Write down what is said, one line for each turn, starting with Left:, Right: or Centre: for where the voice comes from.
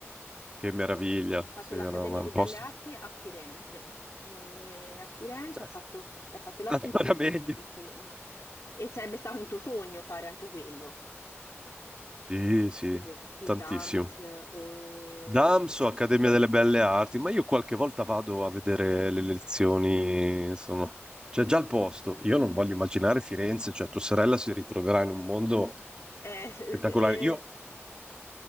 Right: Che meraviglia,
Left: Ha fatto
Right: sì,
Left: l'Accademia
Right: no, ma è un
Left: di
Right: posto.
Left: Belle Arti a Firenze. E a Firenze
Right: Cioè,
Left: ha fatto, ha fatto l'artistico,
Right: Ancora meglio.
Left: poi ha fatto l'Accademia. E sarebbe stato un tuo sogno fare anche quello,
Right: Sì, sì,
Left: tipo il
Right: tantissimo.
Left: dance o...
Right: Damso, Accademia delle Belle Arti, ma io qualche volta vado a vedere le lezioni, insomma, c'è già il posto. Io non voglio immaginare Firenze, cioè tua sorella si ritroverà in un mondo
Left: Eh, eh,
Right: spettacolare. Io,